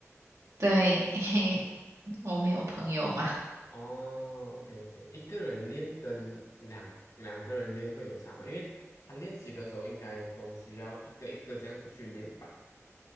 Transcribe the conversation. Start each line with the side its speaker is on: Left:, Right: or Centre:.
Right: 对，<laughs> 我没有朋友嘛，
Left: 哦，OK OK，一个人练跟两两个人练会有差吗？因为他练习的时候应该都需要一个一个这样子去练吧。